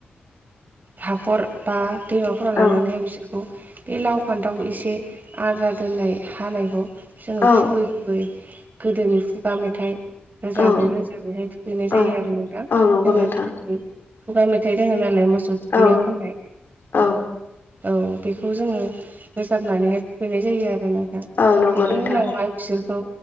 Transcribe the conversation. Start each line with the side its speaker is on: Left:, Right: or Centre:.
Right: हाखर बा दैमाफोराव लांनानैहाय
Left: औ
Right: बिसोरखौ बे लाव फान्थाव एसे आद्रा दोननाय हानायखौ जोंङो
Left: औ
Right: खुबै खुबै गोदोनि खुगा मेथाइ रोजाबै
Left: औ
Right: रोजाबैहाय थुखैनाय जायो
Left: औ
Right: आरो ना नोंथां जोंना
Left: औ नंगौ नोंथां
Right: गोदोनि खुगा मेथाइ दङ'नालाय मोसौ थुखैनायाव
Left: औ
Right: खननाय
Left: औ
Right: औ बेखौ जोंङो रोजाबनानैहाय थुखैनाय जायो आरो नोंथां।
Left: औ नंगौ
Right: बेनि
Left: नोंथां
Right: उनावहाय बिसोरखौ